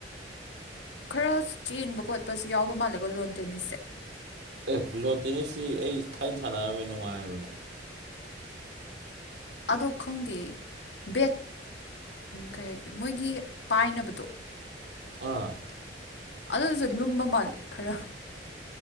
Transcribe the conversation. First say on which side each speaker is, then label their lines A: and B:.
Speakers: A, on the left; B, on the right.
A: ꯈꯔ ꯆꯦꯟꯕ ꯈꯣꯠꯄꯁꯨ ꯌꯥꯎꯕ ꯃꯥꯜꯂꯦꯒ ꯂꯣꯟ ꯇꯦꯅꯤꯁꯁꯦ꯫
B: ꯑꯦ ꯂꯣꯟ ꯇꯦꯅꯤꯁꯁꯤ ꯑꯩ ꯊꯥꯏꯅ ꯁꯥꯟꯅꯔꯝꯃꯦ ꯅꯨꯡꯉꯥꯏꯕꯅꯦ꯫
A: ꯑꯗꯣ ꯈꯪꯗꯦ ꯕꯦꯠ ꯀꯩ ꯍꯥꯏꯒꯦ ꯃꯣꯏꯒꯤ ꯄꯥꯏꯅꯕꯗꯣ
B: ꯑꯥ
A: ꯑꯗꯨꯗꯨꯁꯨ ꯂꯨꯝꯕ ꯃꯥꯜꯂꯦ ꯈꯔ